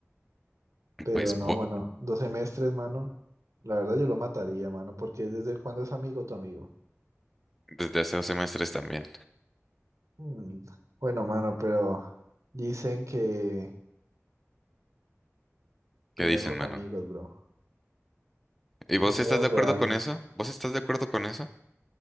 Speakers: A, on the right (about 85°); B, in the centre.
A: pero
B: Pues
A: no,
B: bo-
A: mano. Dos semestres, mano. La verdad yo lo mataría, mano. Porque desde cuándo es amigo tu amigo.
B: desde hace dos semestres también.
A: Mm, Bueno, mano, pero dicen que primero
B: ¿Qué dicen,
A: los
B: mano?
A: amigos, bro.
B: ¿Y vos
A: Primero
B: estás de
A: los
B: acuerdo
A: reales.
B: con eso? ¿Vos estás de acuerdo con eso?